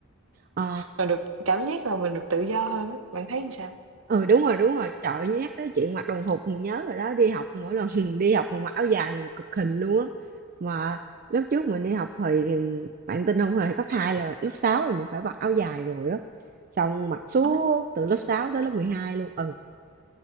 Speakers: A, on the right (about 40°); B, on the right (about 60°).
A: Ờ,
B: mà được cảm giác là mình được tự do hơn á, bạn thấy như sao?
A: Ừ, đúng rồi, đúng rồi. Trời ơi, nhắc tới chuyện mặc đồng phục mình nhớ rồi đó, đi học mỗi lần <laughs> đi học mà mặc áo dài là một cực hình luôn á. Mà lúc trước mình đi học thì bạn tin không, hồi cấp 2 là lớp 6 là mình phải mặc áo dài rồi á. Xong mặc suốt
B: Ừ.
A: từ lớp 6 tới lớp 12 luôn. Ừ,